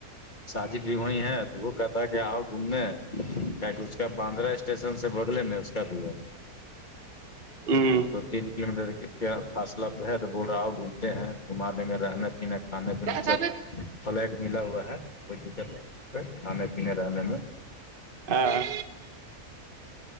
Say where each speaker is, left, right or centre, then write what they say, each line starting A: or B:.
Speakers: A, on the left; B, on the right.
A: سج وہی ہے تو وہ کر کہ آؤ گھومنے کہ اس کا باندرا اسٹیشن سے بگلے میں اس کا بھی ہے
B: ہوں
A: تو تین کلو میٹر کیا فاصلہ تو بول رہا ہ گھومتے ہیں گھما دیں گے رہنے ہ کھانے پینے
B: ہاں
A: سب فلٹ ملا ہ ہوا ہے کوئی دقت نہیں پ کھانے پینے رہنے میں
B: ہاں